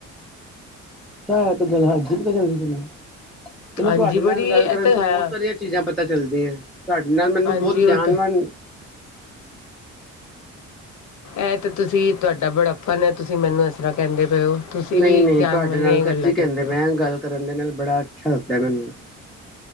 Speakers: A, in the centre; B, on the left.
A: <inaudible> ਚਲੋ
B: ਹਾਂਜੀ
A: ਤੁਹਾਡੇ
B: ਬੜੀ
A: ਨਾਲ ਗੱਲ
B: ਇਹ
A: ਕਰਨ
B: ਤਾਂ
A: ਤੋਂ
B: ਹੈ
A: ਬਹੁਤ ਸਾਰੀਆਂ ਚੀਜ਼ਾਂ ਪਤਾ ਚੱਲਦੀਆਂ। ਤੁਹਾਡੇ ਨਾਲ ਮੈਨੂੰ
B: ਹਾਂਜੀ
A: ਬਹੁਤ ਗਿਆਨਵਾਨ
B: ਉਹ ਤਾਂ ਇਹ ਤੇ ਤੁਸੀਂ ਤੁਹਾਡਾ ਬੜਾਪਨ ਹੈ ਤੁਸੀਂ ਮੈਨੂੰ ਇਸ ਤਰ੍ਹਾਂ ਕਹਿੰਦੇ ਪਏ ਹੋ। ਤੁਸੀਂ
A: ਨਹੀਂ
B: ਵੀ
A: ਨਹੀਂ
B: ਗਿਆਨ
A: ਤੁਹਾਡੇ
B: ਵਾਲੀਆਂ
A: ਨਾਲ
B: ਹੀ
A: ਸੱਚੀ
B: ਗੱਲਾਂ
A: ਕਹਿੰਦੇ
B: ਕਰਦੇ
A: ਪਏ
B: ਹੋ
A: ਗੱਲ ਕਰਨ ਦੇ ਨਾਲ ਬੜਾ ਅੱਛਾ ਲੱਗਦਾ ਮੈਨੂੰ।